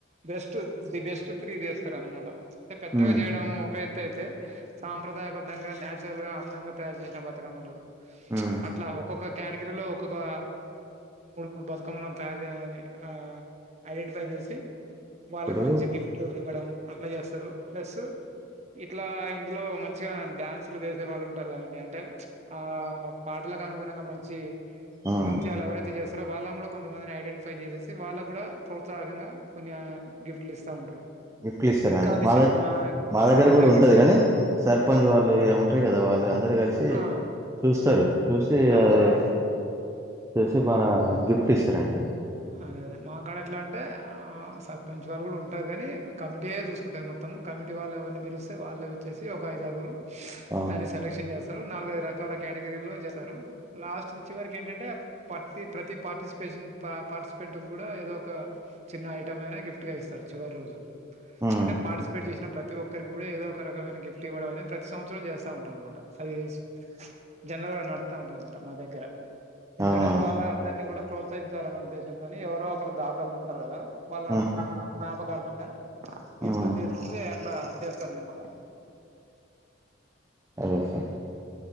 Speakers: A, on the right; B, on the right.
A: బెస్టు ది బెస్టు త్రీ తీస్తారా అనమాట అ పెద్దగా
B: ఉమ్
A: చేయడం ఒక ఎత్ త్తు అయితే సాంప్రదాయ బద్ధంగా నచురల్గా అందంగా తయారు చేసిన బతుకమ్మలు
B: ఉమ్
A: చ్ అట్లా ఒక్కొక్క కేటగిరలో ఒక్కొక్క మూడు మూడు బత్ బతుకమ్మల్ని తయారు ఆ ఐడెంటిఫై చేసి వాళ్ళకి
B: ఇప్పుడు
A: మంచి గిఫ్ట్ ఇట్లు ఇవ్వడం అట్లా చేస్తారు ప్లస్సు ఇట్లా ఇందులో మంచిగా డ్యాన్సులు వేసే వాళ్ళు ఉంటారు కదండి అంటే చ్ ఆ పాటలకు అనుగుణంగా మంచి
B: ఉమ్
A: నృత్యాలు ఎవరైతే చేస్తారో వాళ్ళను కూడా కొంతమందిని ఐడెంటిఫై చేసేసి వాళ్ళ కూడా ప్రోత్సాహకంగా కొన్ని గిఫ్టలు ఇస్తా ఉంటారు.
B: గిఫ్టలు ఇస్తారా
A: ఇంకా
B: అండి
A: విషయం
B: మాదై
A: ఆ
B: మా
A: ఆ!
B: దగ్గర
A: అందరికి
B: కూడా ఉంటాది
A: గిఫ్ట్
B: కాని సర్పంచ్ వాళ్ళు ఏమో ఉంటే కదా వాళ్ళు అందరు కలిసి
A: ఆ
B: చూస్తారు చూసి
A: అదే
B: అయి
A: <inaudible>
B: చూసి బన గిఫ్ట్లు ఇస్తారండి
A: అదే అదే మా కాడ ఎట్లా అంటే ఆ సర్పంచ్ వాళ్ళు కూడా ఉంటారు కాని కమిటీయే చూసుకుంటాది మొత్తం. మొత్తం కమిటీ వాళ్ళు ఎవరిని పిలిస్తే వాళ్ళే వచ్చేసి ఒక ఐదరుగురు స్
B: ఆ
A: కనిష్ కలెక్షన్ చేస్తారు నాలుగైదు రకాల కేటగిరీల్లో చేస్తారు లాస్ట్కి చివరికి ఏంటంటే పత్తి ప్రతి పార్టిసిపేషన్ పా పార్టిసిపెంట్ కూడా ఏదో ఒక చిన్న ఐటమ్ అయినా గిఫ్ట్ గా ఇస్తారు చివరి రోజు.
B: ఉమ్
A: చ్ అంటే పార్టిసిపేట్ చేసిన ప్రతి ఒ ఓక్కరికి గుడా ఏదో ఒక రకమైన గిఫ్టివ్వడం అనేది ప్రతి సంవత్సరం జెస్త ఉంటం అన్నమాట అది స్ జనరల్ గా నడుతా ఉంటాదనమాట మా దగ్గర ఎందుకంటే
B: అవునవును
A: వాళ్ళ అందరినీ కూడా ప్రోత్సహించాలనే ఉద్దేశంతోని ఎవరో ఒకరు దాతలు ఉంటారు కదా వాళ్ళం
B: ఉమ్
A: హ జ్ఞాపకార్ధంగా తీసుకొచ్చేస్తె
B: ఉమ్
A: అట్లా చేస్తానన్నమాట
B: అనెసె